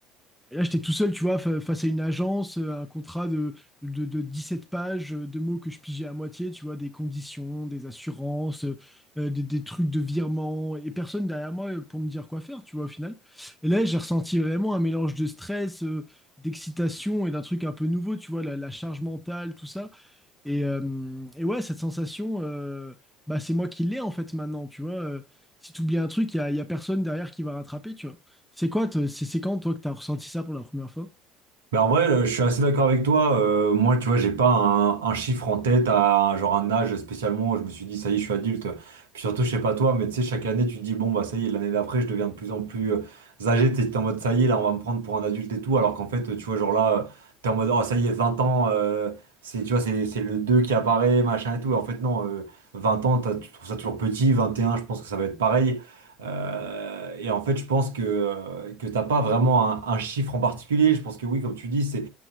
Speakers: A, in the centre; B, on the right.
A: et là, j'étais tout seul, tu vois, fa- face à une agence, euh, un contrat de, de, de 17 pages, euh, de mots que je pigeais à moitié, tu vois, des conditions, des assurances, euh, des, des trucs de virement et personne derrière moi euh, pour me dire quoi faire, tu vois, au final. Et là, j'ai ressenti vraiment un mélange de stress, euh, d'excitation et d'un truc un peu nouveau, tu vois, la, la charge mentale, tout ça. Et, euh, et ouais, cette sensation, euh, bah, c'est moi qui l'ai en fait maintenant, tu vois. Euh, si tu oublies un truc, il y a, y a personne derrière qui va rattraper, tu vois. C'est quoi, toi- c'est c'est quand, toi, que tu as ressenti ça pour la première fois?
B: Mais en vrai, euh, je suis assez d'accord avec toi. Euh, moi, tu vois, j'ai pas un, un chiffre en tête, à, un- genre un âge spécialement. où Je me suis dit, ça y est, je suis adulte. Puis surtout, je sais pas toi, mais tu sais, chaque année, tu te dis, bon, bah ça y est, l'année d'après, je deviens de plus en plus euh, âgé. T'es t'es en mode, ça y est, là, on va me prendre pour un adulte et tout. Alors qu'en fait, tu vois, genre là, euh, t'es en mode, oh, ça y est, 20 ans, euh, c'est, tu vois, c'est c'est le 2 qui apparaît, machin et tout. Et en fait, non, euh, 20 ans, t'as- tu trouves ça toujours petit. vingt et un je pense que ça va être pareil. Euh, et en fait, je pense que, euh, que t'as pas vraiment un, un chiffre en particulier. Je pense que oui, comme tu dis, c'est